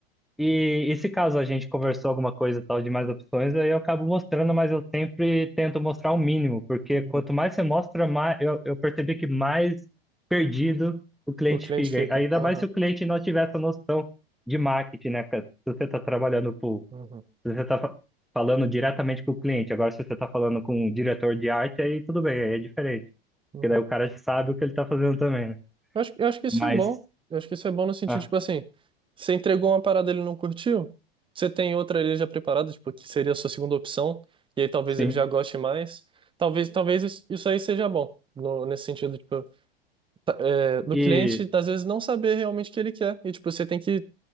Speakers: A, in the centre; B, on the right.
A: e, e se caso a gente conversou alguma coisa e tal de mais opções, aí eu acabo mostrando, mas eu sempre tento mostrar o mínimo, porque
B: Uhum.
A: quanto mais você mostra, mais eu, eu percebi que mais perdido o cliente
B: O cliente
A: fica.
B: fica.
A: Ainda
B: Aham.
A: mais se o cliente não tiver essa noção de marketing, né? cara? Se você está trabalhando pro,
B: Uhum.
A: se você está falando diretamente com o cliente, agora se você está falando com um diretor de arte, aí tudo bem, aí é diferente,
B: Uhum.
A: porque daí o cara sabe o que ele está fazendo também, né?
B: Eu acho, eu acho que isso
A: Mas,
B: é bom. Eu acho que isso é bom no sentido,
A: ah,
B: tipo assim, você entregou uma parada e ele não curtiu, você tem outra ali já preparada, tipo, que seria a sua segunda opção, e aí talvez
A: sim.
B: ele já goste mais. Talvez, talvez isso isso aí seja bom, no- nesse sentido, tipo, tá- é, do
A: E
B: cliente, às vezes, não saber realmente o que ele quer. E, tipo, você tem que